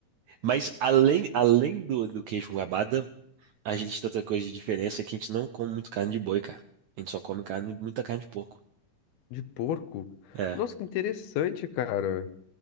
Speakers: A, on the right; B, on the left.
A: Mas além, além do, do queijo com goiabada, a gente tem outra coisa de diferença é que a gente não come muito carne de boi, cara. A gente só come carne, muita carne de porco.
B: De porco?
A: É.
B: Nossa, que interessante, cara.